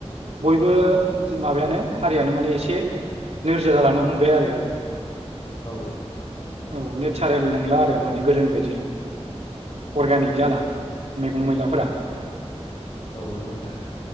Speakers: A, on the right; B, on the left.
A: बयबो माबायानो हारियानो माने एसे नोरजिया जालांनो हमबाय आरो।
B: औ
A: औ नेचारेल नोंला आरो माने गोदोनि बायदि। अर्गेनिक जाला मैगं मैलाफोरा।
B: औ नंगौ नोंथां।